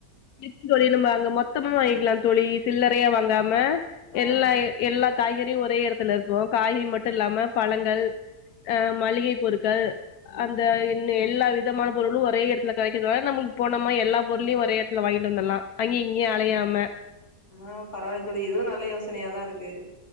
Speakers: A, on the left; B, on the left.
A: இக்கு தோழி நம்பா அங்க மொத்தமும் வாங்கிக்கலாம் தோழி சில்லறையா வாங்காம
B: ஆ
A: எல்ல எல்லா காய்கறும் ஒரே இடத்துல இருக்கும் காய்கறி மட்டும் இல்லாம பழங்கள் அஹ் மளிகை பொருட்கள்
B: ம்
A: அந்த இன்ன எல்லா வி விதமான பொருளும் ஒரேடத்துல கெடைக்கதுனால நம் போனம்மா எல்லா பொருளும்யும் ஒரே இ தல வாங்கிட்டு வந்தடலாம் அங்கய இங்கயே அலையாம
B: ஆஹ் பரவாயில்ல தோழி இதுவும் நல்ல யோச சனயாதான் இருக்கு